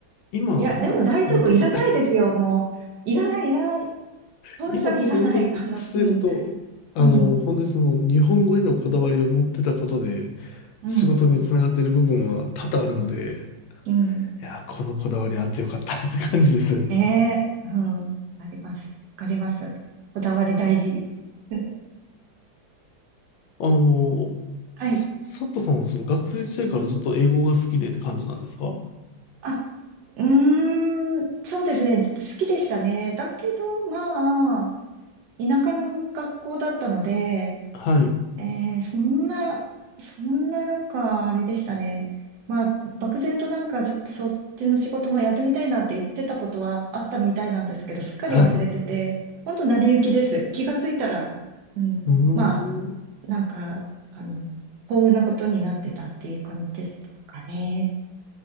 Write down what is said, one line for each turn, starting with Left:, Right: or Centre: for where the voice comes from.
Left: 今、
Right: いや、でも大丈夫。
Left: 仕事し、
Right: いらないですよ。
Left: <laughs>
Right: もう。いらない、いらない。トールさんいらない。
Left: 今仕事してると、
Right: あの、うん、
Left: あの、
Right: うん、
Left: 本当にその日本語へのこだわりを持ってたことで、
Right: うん、
Left: 仕事につながってる部分は多々あるので、
Right: うん。
Left: いや、このこだわりあってよかったって感じですね。
Right: ええうん。あります。わかります。こだわり大事。<laughs>
Left: あの、
Right: はい。
Left: さサットさんはその学生時代からずっと英語が好きでって感じなんですか
Right: あ、うーん、そうですね。好きでしたね。だけど、まあ、田舎の学校だったので、
Left: はい。
Right: えー、そんな、そんななんかあれでしたね。まあ、漠然となんかちょっとそっちの仕事もやってみたいなって言ってたことはあったみたいなんですけど、すっかり忘れてて、
Left: はい。
Right: ほんと成り行きです。気がついたら、うん、
Left: うー
Right: まあ、
Left: ん。
Right: なんか、あの、幸運なことになってたっていう感じですかね。